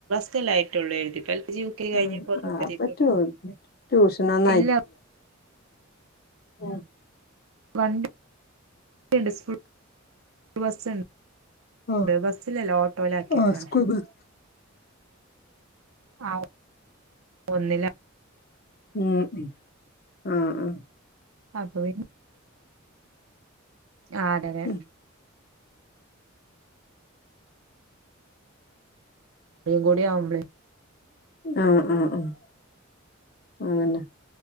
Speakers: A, on the right; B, on the left.
A: <unintelligible> കഴിഞ്ഞപ്പോ
B: ആഹ്
A: നോക്കല്ല
B: ആഹ് അപ്പൊ ട്യൂ ട്യൂഷനൊന്നും
A: ഇല്ല
B: അ
A: വണ്ടിണ്ട് സ്കൂൾ ബസ് ഉണ്ട്
B: ഉം
A: ഇത് ബസ്സിലല്ലോ ഓട്ടോയില ആക്കിക്കണേ
B: ആ സ്കൂൾ ബസ്
A: ആ ഒന്നില്ല
B: ഉം ഉ ആഹ ഉഹ
A: അപ്പ പിന്നെ ആ അതെതെ
B: ഉം
A: <unintelligible>
B: ആഹ ഉ <unintelligible>